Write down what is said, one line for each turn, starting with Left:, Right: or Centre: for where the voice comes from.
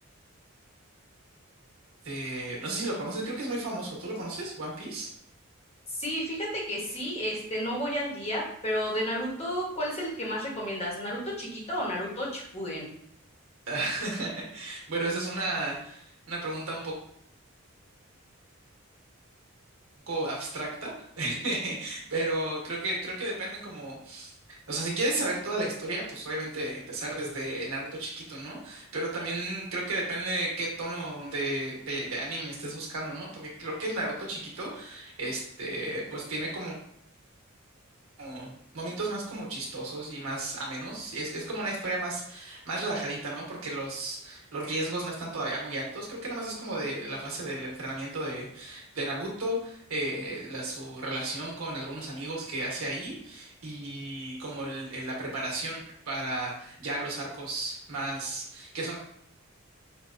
Right: este, no sé si lo conoces, creo que es muy famoso, ¿tú lo conoces, One Piece?
Left: Sí, fíjate que sí, este, no voy al día, pero de Naruto, ¿cuál es el que más recomiendas? ¿Naruto chiquito o Naruto Shippuden?
Right: <laughs> Bueno, esa es una, una pregunta un poco poco abstracta, <laughs> pero creo que creo que depende como, o sea, si quieres saber toda la historia, pues obviamente empezar desde el Naruto chiquito, ¿no? Pero también creo que depende de qué tono de, de, de anime estés buscando, ¿no? Porque creo que el Naruto chiquito, este, pues tiene como como momentos más como chistosos y más amenos. Y es, es como una historia más, más relajadita, ¿no? Porque los, los riesgos no están todavía muy altos. Creo que nada más es como de la fase del entrenamiento de, de Naruto, eh, la, su relación con algunos amigos que hace ahí y como el- el- la preparación para ya los arcos más, que son